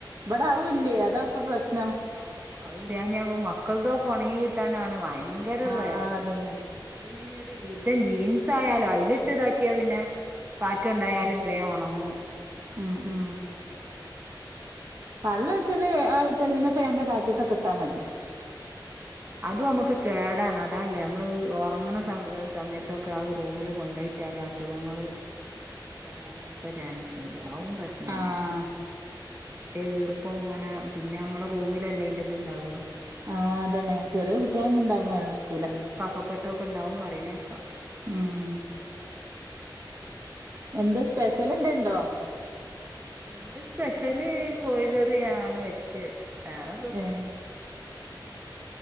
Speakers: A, on the right; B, on the right.
A: വടെ അതുല്ല്യേ അതാ പ്പൊ പ്രശ്നം
B: ഔ അത് ല്യാഞാപ്പ മക്കൾതൊക്കെ ഒണങ്ങി കിട്ടാനാണ് ഭയങ്കര
A: ആഹ്
B: പ്രയാസം
A: അതന്നെ
B: ത് പിന്നൊര് വിധം ജീൻസായാലും അയ്ലിട്ട് താക്ക്യാ പിന്നെ കാറ്റൊണ്ടായാലും ബെ ഒണങ്ങും
A: ആ ആ
B: <inaudible>
A: വള്ളൊല്ച്ച്ട്ട് ആറിട്ടാല് പിന്നെ ഫേന്റെ കാറ്റത്തൊക്കെട്ടാ മതി
B: ആ അതും നമ്മക്ക് കേടാണ് അതാണ്ലോ ഞമ്മള് ഒറങ്ങ്ണ സമ് സമയത്തൊക്കെ ആ റൂമില് കൊണ്ടേയ്ട്ടാലസു അസുഖങ്ങള് വരാനോക്കെ ചാൻസ് ണ്ട് അതും പ്രശ്നന്നേണ്
A: ആഹ്
B: ഈർപ്പം ങ്ങനെ പിന്നെ ഞമ്മളെ റൂമിലല്ലേ അയ്ന്റെ ത്ണ്ടാവ
A: ആഹ് അതെന്നെ ചെറിയ കുട്ട്യാളൊന്നുണ്ടാവ്മ്പോ അത് നട ക്കൂല
B: കഫക്കെട്ടൊക്കെണ്ടാവും പറയ്ണേക്കാ
A: ഉം എന്തോ സ്പെഷ്യലെന്തേ ണ്ടോ
B: ഇന്ന് സ്പെഷ്യല് കോഴി കറി ആണ് വെച്ചത് വേറെ പ്രത്യേകിച്ച്
A: ഏഹ്